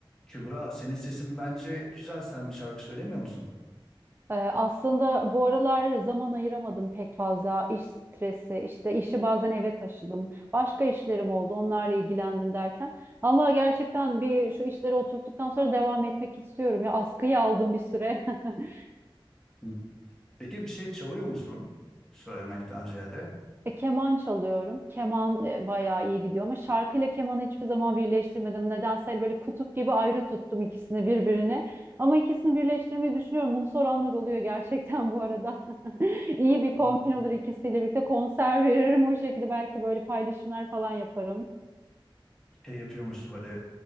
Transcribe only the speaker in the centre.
Kübra senin sesin bence güzel. Sen bir şarkı söylemiyor musun?
Hı. Peki bir şey çalıyor musun? Söylemekten ziyade.
Hmm,
Şey yapıyormuşsun böyle